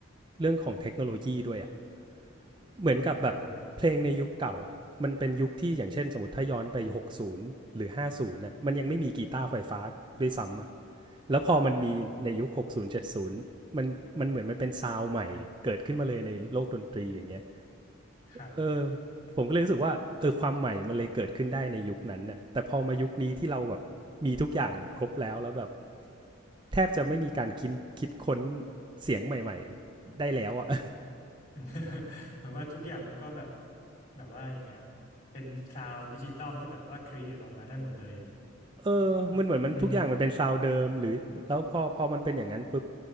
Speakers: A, on the right; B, on the left.
A: เรื่องของเทคโนโลยีด้วยอะ เหมือนกับแบบเพลงในยุคเก่าอ่ะมันเป็นยุคที่อย่างเช่นสมมติถ้าย้อนไป60หรือ50น่ะมันยังไม่มีกีตาร์ไฟฟ้าด้วยซ้ำอ่ะ
B: อืมครับผม
A: แล้วพอมันมีในยุค60 70มันมันเหมือนมันเป็นซาวด์ใหม่เกิดขึ้นมาเลยในโลกดนตรีอย่างเงี้ย
B: ครับ
A: เออผมก็เลยรู้สึกว่าเออความใหม่มันเลยเกิดขึ้นได้ในยุคนั้นน่ะแต่พอมายุคนี้ที่เราแบบมีทุกอย่างครบแล้วแล้วแบบแทบจะไม่มีการคิดคิดค้นเสียงใหม่ๆได้แล้วอะ
B: อืม <laughs> เหมือนว่าทุกอย่างมันก็แบบแบบว่ายังไงอะเป็นซาวด์ดิจิตอลที่แบบว่าครีเอทออกมาได้หมดเลย
A: เออมันเหมือนมันทุกอย่างมันเป็นซาวด์เดิมหรือแล้วพอพอมันเป็นอย่างนั้นปุ๊บ
B: อืม